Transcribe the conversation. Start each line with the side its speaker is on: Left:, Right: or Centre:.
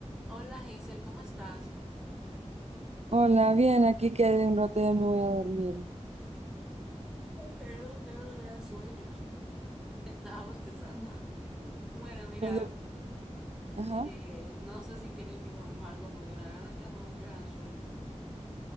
Centre: Hola Hazel, ¿cómo estás?
Right: Hola, bien, aquí quedé un rato, y ya me voy a dormir.
Centre: Mm. Ay, Perdón, que era un gran sueño. <laughs> Estaba bostezando. Bueno, mira,
Right: No sé, Ajá.
Centre: eh, no sé si querés que juguemos algo porque la verdad es que ando un gran sueño.